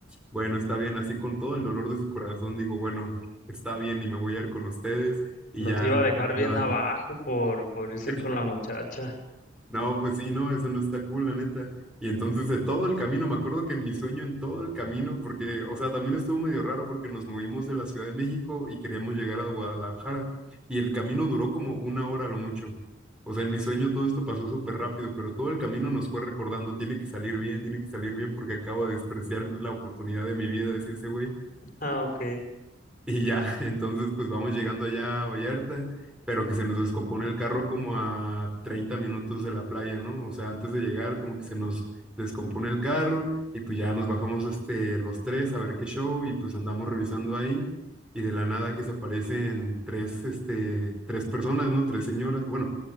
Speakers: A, in the centre; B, on the left (about 45°).
A: bueno, está bien, así con todo el dolor de su corazón, dijo, bueno, está bien y me voy a ir con ustedes y
B: Los
A: ya
B: iba a dejar bien
A: nada.
B: abajo por, por irse
A: <laughs>
B: con la muchacha.
A: No, pues sí, no, eso no está cool, la neta. Y entonces en todo el camino, me acuerdo que en mi sueño, en todo el camino, porque, o sea, también estuvo medio raro porque nos movimos de la Ciudad de México y queríamos llegar a Guadalajara. Y el camino duró como una hora a lo mucho. O sea, en mi sueño todo esto pasó súper rápido, pero todo el camino nos fue recordando, tiene que salir bien, tiene que salir bien porque acabo de despreciar la oportunidad de mi vida, decía ese güey.
B: Ah, ok.
A: Y ya, <laughs> entonces pues vamos llegando allá a Vallarta, pero que se nos descompone el carro como a 30 minutos de la playa, ¿no? O sea, antes de llegar como que se nos descompone el carro y pues ya nos bajamos este, los tres a ver qué show y pues andamos revisando ahí y de la nada que se aparecen tres, este, tres personas, ¿no? Tres señoras, bueno,